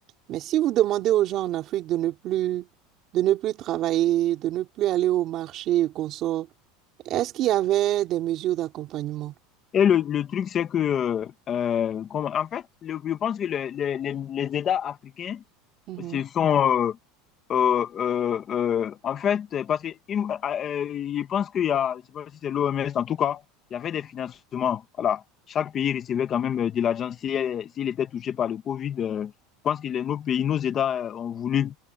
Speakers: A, on the right (about 40°); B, on the left (about 30°).
A: Mais si vous demandez aux gens en Afrique de ne plus, de ne plus travailler, de ne plus aller au marché et qu'on sort, est-ce qu'il y avait des mesures d'accompagnement?
B: Et le, le truc, c'est que, euh, comme, en fait, le- je pense que le- le- les, les États africains
A: Mhm,
B: se sont, euh, Euh, euh, euh, en fait, parce que une- euh, euh, je pense qu'il y a, je sais pas si c'est l'OMS, en tout cas, il y avait des financements. Voilà. Chaque pays recevait quand même euh, de l'argent si, euh, s'il était touché par le Covid. euh, je pense que les- nos pays, nos États euh, ont voulu